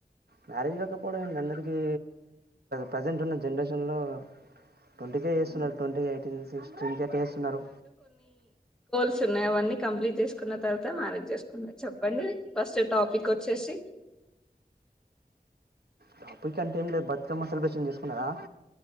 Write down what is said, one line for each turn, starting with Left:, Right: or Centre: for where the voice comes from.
Right: మ్యారేజ్ కాక్ కపోవడం ఏంటి అందరికీ ప్రజెంట్ ఉన్న జనరేషన్లో ట్వంటీ కే చేస్తున్నారు ట్వంటీ ఎయిటీన్ సిక్స్టీన్ కే చేస్తున్నారు
Centre: ల్సున్నాయి అవన్నీ కంప్లీట్ చేసుకున్న తర్వాత మారేజ్ చేసుకుంట చెప్పండి ఫస్ట్ టాపిక్ వచ్చేసి
Right: టాపికంటెంలేదు బతుకమ్మ సెలబ్రేషన్ చేసుకున్నారా